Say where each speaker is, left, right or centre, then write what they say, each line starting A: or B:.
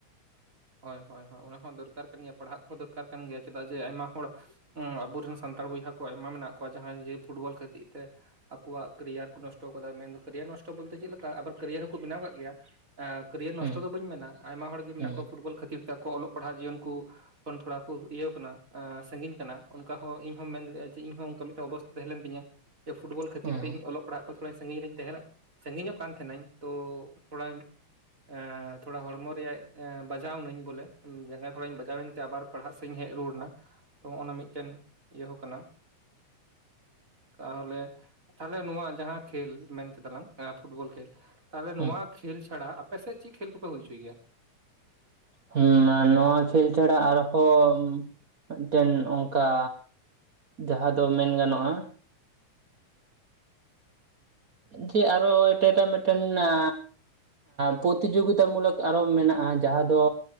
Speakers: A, on the right (about 25°); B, on the right (about 85°).
A: ᱦᱳᱭ ᱦᱳᱭ ᱦᱳᱭ ᱾ ᱚᱱᱟ ᱦᱚᱸ ᱫᱚᱨᱠᱟᱨ ᱠᱟᱱ ᱜᱮᱭᱟ ᱯᱟᱲᱦᱟᱜ ᱠᱚᱦᱚᱸ ᱫᱚᱨᱠᱟᱨ ᱠᱟᱱ ᱜᱮᱭᱟ, ᱪᱮᱫᱟᱜ ᱡᱮ ᱟᱭᱢᱟ ᱦᱚᱲ ᱦᱩᱸ ᱟᱵᱚᱨᱮᱱ ᱥᱟᱱᱛᱟᱲ ᱵᱚᱭᱦᱟ ᱠᱚ ᱟᱭᱢᱟ ᱢᱮᱱᱟᱜ ᱠᱚᱣᱟ ᱡᱟᱦᱟᱸᱭ ᱡᱮ ᱯᱷᱩᱴᱵᱚᱞ ᱠᱷᱟᱹᱛᱤᱜ ᱛᱮ ᱟᱠᱚᱣᱟᱜ ᱠᱮᱨᱤᱭᱟᱨ ᱠᱚ ᱱᱚᱥᱴᱚ ᱟᱠᱟᱫᱟ ᱾ ᱢᱮᱱᱫᱚ ᱠᱮᱨᱤᱭᱟᱨ ᱱᱚᱥᱴᱚ ᱵᱚᱞᱛᱮ ᱪᱮᱫ ᱞᱮᱠᱟ ᱟᱵᱟᱨ ᱠᱮᱨᱤᱭᱟᱨ ᱦᱚᱸᱠᱚ ᱵᱮᱱᱟᱣ ᱟᱠᱟᱫ ᱜᱮᱭᱟ ᱾ ᱠᱮᱨᱤᱭᱟᱨ
B: ᱦᱩᱸ
A: ᱱᱚᱥᱴᱚ ᱫᱚ ᱵᱟᱹᱧ ᱢᱮᱱᱟ ᱾ ᱟᱭᱢᱟ ᱦᱚᱲᱜᱮ ᱢᱮᱱᱟᱜ
B: ᱦᱩᱸ
A: ᱠᱚᱣᱟ ᱯᱷᱩᱴᱵᱚᱞ ᱠᱷᱟᱹᱛᱤᱨ ᱛᱮ ᱟᱠᱚ ᱚᱞᱚᱜ ᱯᱟᱲᱦᱟᱜ ᱡᱤᱭᱚᱱ ᱠᱚ ᱠᱷᱚᱱ ᱛᱷᱚᱲᱟ ᱠᱚ ᱤᱭᱟᱹᱣ ᱠᱟᱱᱟ ᱟ ᱥᱟᱺᱜᱤᱧ ᱠᱟᱱᱟ ᱚᱱᱠᱟ ᱦᱚᱸ ᱤᱧᱦᱚᱢ ᱢᱮᱱ ᱫᱟᱲᱮᱭᱟᱜ-ᱟ ᱡᱮ ᱤᱧᱦᱚᱸ ᱚᱱᱠᱟ ᱢᱤᱫᱴᱟᱝ ᱚᱵᱚᱥᱛᱟ ᱛᱟᱦᱮᱸ ᱞᱮᱱ ᱛᱤᱧᱟ ᱾ ᱡᱮ ᱯᱷᱩᱴᱵᱚᱞ ᱠᱷᱟᱹᱛᱤᱨ
B: ᱦᱩᱸ
A: ᱛᱮ ᱤᱧ ᱚᱞᱚᱜ ᱯᱟᱲᱦᱟᱜ ᱠᱷᱚᱡ ᱛᱷᱚᱲᱟ ᱥᱟᱺᱜᱤᱧ ᱨᱤᱧ ᱛᱟᱦᱮᱱᱟ᱾ ᱥᱟᱺᱜᱤᱧ-ᱚᱜ ᱠᱟᱱ ᱛᱟᱦᱮᱱ-ᱟᱹᱧ ᱛᱚ ᱛᱷᱚᱲᱟ ᱮ ᱛᱷᱚᱲᱟ ᱦᱚᱲᱢᱚ ᱨᱮᱭᱟᱜ ᱮ ᱵᱟᱡᱟᱣ ᱱᱟᱹᱧ ᱵᱚᱞᱮ ᱡᱟᱸᱜᱟ ᱛᱷᱚᱲᱟᱧ ᱵᱟᱡᱟᱣ ᱮᱱᱛᱮ ᱟᱵᱟᱨ ᱯᱟᱲᱦᱟᱜ ᱥᱮᱫ ᱤᱧ ᱦᱮᱡ ᱨᱩᱣᱟᱹᱲ ᱮᱱᱟ ᱛᱚ ᱚᱱᱟ ᱢᱤᱫᱴᱮᱱ ᱤᱭᱟᱹ ᱦᱚᱸ ᱠᱟᱱᱟ᱾ ᱛᱟᱦᱚᱞᱮ ᱛᱟᱦᱞᱮ ᱱᱚᱣᱟ ᱡᱟᱦᱟᱸ ᱠᱷᱮᱞ ᱢᱮᱱ ᱠᱮᱫᱟᱞᱟᱝ ᱯᱷᱩᱴᱵᱚᱞ ᱠᱷᱮᱞ᱾ ᱛᱟᱦᱚᱞᱮ
B: ᱦᱩᱸ
A: ᱱᱚᱣᱟ ᱠᱷᱮᱞ ᱪᱷᱟᱲᱟ ᱟᱯᱮ ᱥᱮᱫ ᱪᱮᱫ ᱠᱷᱮᱞ ᱠᱚᱯᱮ ᱦᱩᱭ ᱦᱚᱪᱚᱭ ᱜᱮᱭᱟ?
B: ᱦᱩᱸ ᱱᱚᱣᱟ ᱠᱷᱮᱞ ᱪᱷᱟᱲᱟ ᱟᱨᱠᱚ ᱢᱤᱫᱴᱮᱱ ᱚᱱᱠᱟ ᱡᱟᱦᱟᱸ ᱫᱚ ᱢᱮᱱ ᱜᱟᱱᱚᱜ-ᱟ᱾ ᱡᱮ ᱟᱨᱚ ᱮᱴᱟ ᱮᱴᱟᱜ ᱢᱤᱫᱴᱮᱱ ᱟᱻ ᱯᱨᱚᱛᱤ ᱡᱳᱜᱤᱛᱟ ᱢᱩᱞᱚᱠ ᱟᱨᱚ ᱢᱮᱱᱟᱜ-ᱟ ᱡᱟᱦᱟᱸ ᱫᱚ